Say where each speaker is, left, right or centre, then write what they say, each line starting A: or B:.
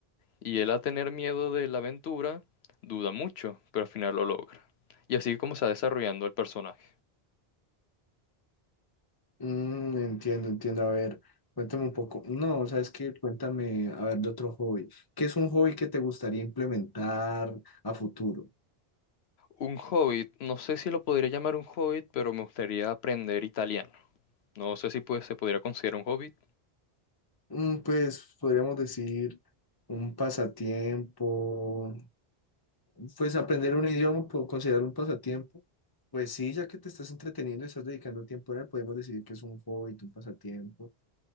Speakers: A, on the left (about 80°); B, on the left (about 25°).
A: y él a tener miedo de la aventura duda mucho, pero al final lo logra. Y así como se va desarrollando el personaje.
B: Mm, entiendo, entiendo. A ver, cuéntame un poco. No, ¿sabes qué? Cuéntame, a ver, de otro hobby. ¿Qué es un hobby que te gustaría implementar a futuro?
A: Un hobbit, no sé si lo podría llamar un hobbit, pero me gustaría aprender italiano. No sé si pues, se podría considerar un hobbit.
B: Mm, pues podríamos decir un pasatiempo, Pues aprender un idioma, puedo considerarlo un pasatiempo. Pues sí, ya que te estás entreteniendo y estás dedicando tiempo a él, podemos decir que es un hobby, un pasatiempo.